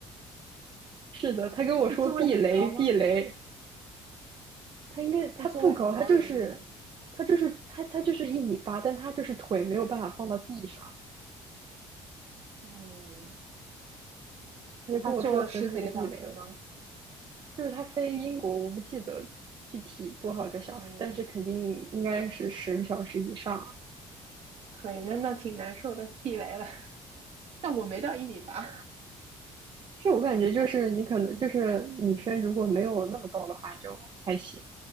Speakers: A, on the right; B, on the right.
A: 是的，他跟我说避雷避雷。
B: 是座位很高吗？
A: 他应该他不高，
B: 是座位很高的原因吗？
A: 他就是他就是他他就是一米八，但他就是腿没有办法放到地上，
B: 嗯，
A: 他就跟我说狠狠地雷，
B: 他坐了十几个小时吗？
A: 就是他飞英国，我不记得具体多少个小时，
B: 嗯，
A: 但是肯定应该是十个小时以上。
B: 可以，那那挺难受的，避雷了。<laughs> 但我没到一米八，
A: 是我感觉就是你可能就是女生如果没有那么高的话就还行。